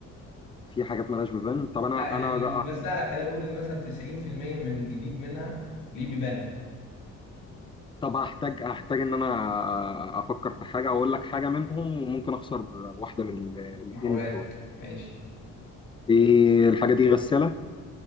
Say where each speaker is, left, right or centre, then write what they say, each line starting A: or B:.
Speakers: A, on the left (about 15°); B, on the left (about 80°).
A: في حاجات مالهاش ببان طب انا
B: لا يعني
A: انا
B: بس لا لا خلينا نقول ان مثلا 90% من الجديد منها ليه بيبان
A: طب هحتاج هحتاج ان انا افكر في حاجه واقول لك حاجه منهم وممكن اخسر واحده من ال- الاتنين
B: محاولاتك
A: بتوعي
B: ماشي
A: ايه الحاجه دي غساله